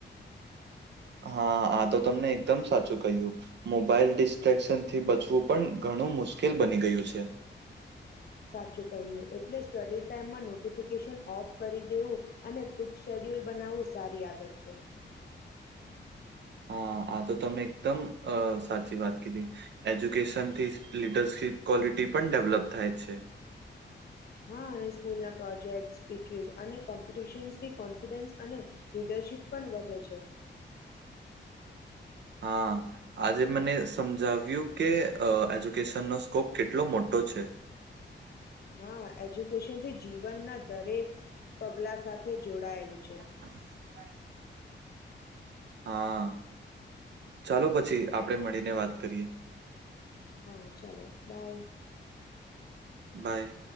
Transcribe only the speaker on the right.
હા આ તો તમને એકદમ સાચું કહ્યું. મોબાઈલ ડિસ્ટ્ર્રેક્શન થી બચવું પણ ઘણું મુશ્કેલ બની ગયું છે.
હા આ તો તમે એકદમ અ સાચી વાત કીધી. એજ્યુકેશન થી લીડરશિપ ક્વોલિટી પણ ડેવલપ થાય છે.
હા. આજે મને સમજાવ્યું કે અ એજ્યુકેશનનો સ્કોપ કેટલો મોટો છે.
<inaudible> હા ચાલો પછી આપણેે મળીને વાત કરીએ.
બાય.